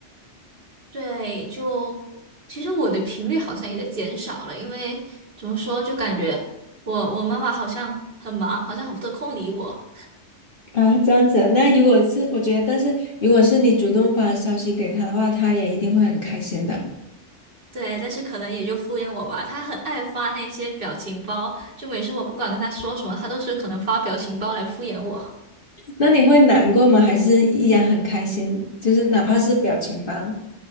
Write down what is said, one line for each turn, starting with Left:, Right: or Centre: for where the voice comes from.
Right: 对，就其实我的频率好像也在减少了，因为怎么说，就感觉我我妈妈好像很忙，好像很不得空理我。
Left: 啊，这样子啊那如果是我觉得，但是如果是你主动发消息给他的话，他也一定会很开心的。
Right: 对，但是可能也就敷衍我吧。他很爱发那些表情包，就每次我不管跟他说什么，他都是可能发表情包来敷衍我，
Left: 那你会难过吗？还是依然很开心？就是哪怕是表情包，